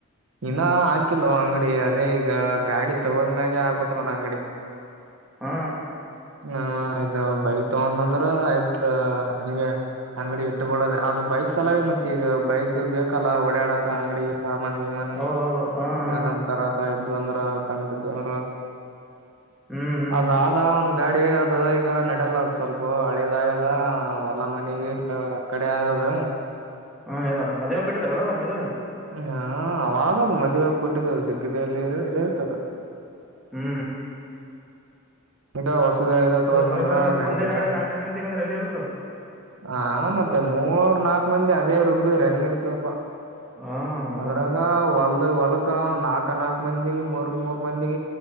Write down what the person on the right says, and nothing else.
ಇನ್ನ ಹಾಕಿಲ್ಲೋ ಅಂಗಡಿ ಅದೇ ಈಗ ಗಾಡಿ ತಗೊಂಡ್ಮ್ಯಾಗೆ ಆಗ್ಬೇಕು ನೋಡ ಅಂಗಡಿ
ಹ ಇದು ಬೈಕ್ ತಗೊಂಡಂದ್ರ ಆಯ್ತ್ ಹಂಗೆ ಅಂಗಡಿ ಇಟ್ಟಬಡದ ಅದು ಬೈಕ್ ಸಲ ಮತ್ತ ಈಗ ಬೈಕ್ ಬೇಕಲ್ಲ ಒಡಾಡಕ್ ಅಂಗಡಿ ಸಾಮನ್ ಗಿಮನ
ಏನಂತ ತರಕಾಯ್ ಇದು ಅಂದ್ರ ಕಣ್ಣ್ ಬಿದ್ದವದ್ರ
ಅದ ಒಂದು <unintelligible> ಗಾಡಿ ಅದು ಈಗ ನಡಲ್ಲ ಅದ್ ಸ್ವಲ್ಪ ಹಳದಾಗ್ಯದ ಹೊಲಾ ಮನಗೆ ಕಡೆ ಆದದು
ಹಾ ಅವಾಗದು ಮದುವಾಗ ಕೊಟ್ಟಿದ್ದ ಜುಗ್ಗಿದಲ್ಲಿ ಇದ ಇಲೆಯಿತ್ತದ
ಬಿಡ ಹೊಸದ ಏನಾರ ತೋದ್ನಂದ್ರ
ನಡತದ
ಆ ಮತ್ತೆ ಮೂರ್ ನಾಕು ಮುಂದ ಅದೇ ರುಬ್ಬಿದ್ರ ಹೆಂಗ ನಡಿತದಪ್ಪ
ಅದರಾಗ ಒಲ್ಲ ಹೊಲಕ ನಾಕ ನಾಕ್ ಮಂದಿ ಮೂರ್ನ್ ಮೂರ್ ಮಂದಿ